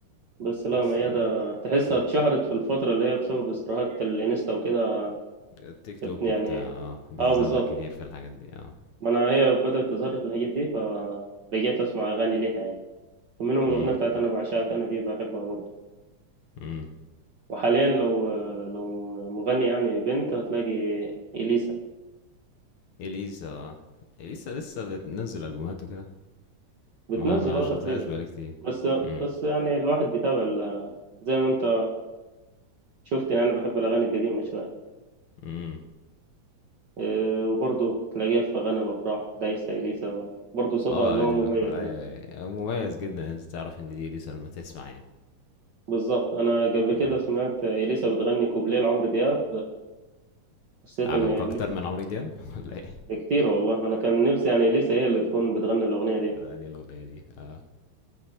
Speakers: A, on the right; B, on the left.
A: بس لا
B: بس
A: ميادة
B: اه
A: تحسها
B: مم.
A: اتشهرت في الفترة اللي هي بسبب استراحات الإنستا وكده
B: التيك توك
A: يعني
B: وبتاع اه بتظهر
A: اه بالظبط
B: لك كتير في الحاجات دي اه
A: ما أنا هي بدأت تظهر في الحاجات دي فرجعت أسمع أغاني ليها يعني منهم
B: امم
A: الأغنية بتاعت أنا بعشاك أنا دي بحبها برضه
B: امم
A: وحاليا لو لو مغني يعني بنت هتلاقي إليسا
B: إليسا آه. إليسا لسه بتنزل ألبومات وكده
A: بتنزل
B: ما ما
A: اه
B: شفتهاش
A: تقريبا
B: بقالي كتير
A: بس
B: امم
A: بس يعني الواحد بيتابع ال- زي ما انت شفت يعني انا بحب الاغاني القديمه شويه
B: امم
A: إيه، وبرضه تلاقيها في اغاني الافراح دايسه اليسا برضه صوتها
B: اه
A: اللي
B: يعني
A: هو مميز
B: الأخرى أيوة،
A: ده
B: أيوة. مميز جدا إن انت تعرف ان دي اليسا لما تسمع يعني
A: بالظبط انا قبل كده
B: اه
A: سمعت اليسا بتغني كوبليه لعمرو دياب حسيت
B: عجبك
A: ان إلي-
B: اكتر من عمرو دياب <laughs> ولا ايه
A: كتير والله انا كان نفسي يعني اليسا هي اللي تكون بتغني الاغنيه دي
B: ده انهي الاغنيه دي اه